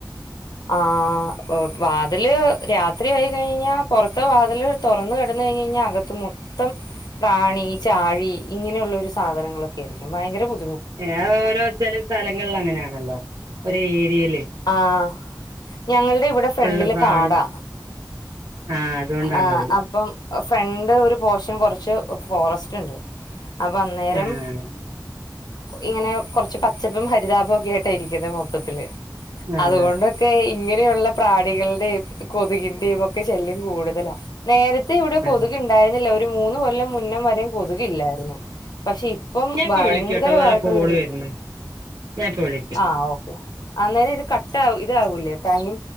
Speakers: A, on the left (about 70°); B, on the right (about 75°).
A: ആഹ് വാതില് രാത്രി ആയി കഴിഞ്ഞാ പുറത്ത വാതില് തുറന്ന ക ഴിഞ്ഞാൽ അകത്ത് മൊത്തം പ്രാണി ചാഴി ഇങ്ങനെയുള്ള ഒരു സാധനങ്ങളൊക്കെ ആയിരിക്കും ഭയങ്കര ബു
B: ഏഹ് ഓരോ ചെല സ്ഥലങ്ങളിൽ അങ്ങനെയാണല്ലോ ഒരോ ഏരിയയില്
A: ആഹ് ഞങ്ങളുടെ ഇവിടെ ഫ്രണ്ടില്
B: ഫുള്ള് പ്രാണി
A: കാടാ.
B: ആഹ് അതുകൊണ്ടാണത്
A: ആഹ് അപ്പം ഫ്രണ്ട്..... പോഷൻ കുറച്ച് ഫോറസ്റ്റ് ഉണ്ട്. അപ്പം അന്നേരം
B: ആഹ്
A: ഇങ്ങനെ. കുറച്ച് പച്ചപ്പും ഹരിതാപും ഒക്കെ ആട്ടായിരിക്കുന്നത് മൊത്തത്തി.
B: ആഹ്
A: അതുകൊണ്ടൊക്കെ ഇങ്ങനെയുള്ള പ്രാണികളുടെയും കൊതുകിന്റെയും ഒക്കെ ശല്യം കൂടുതലാ നേരത്തെ ഇവിടെ കൊതുക്
B: ആഹ്
A: ഉണ്ടായിരുന്നില്ല ഒരു മൂന്ന് കൊല്ലം മുന്നവരെ കൊതുക്കില്ലായിരുന്നു പക്ഷെ ഇപ്പം
B: ഞാൻ ഇപ്പ
A: ഭയങ്കരമായിട്ടുള്ളതി
B: വിളിക്കട്ടോ വേറെ കോള് വരുന്ന് ഞാൻ ഇപ്പ വിളിക്ക
A: ആഹ് ഓക്കെ അന്നേരം ഇത് കട്ട ആഹ് ഇതാവൂലേ ടൈം.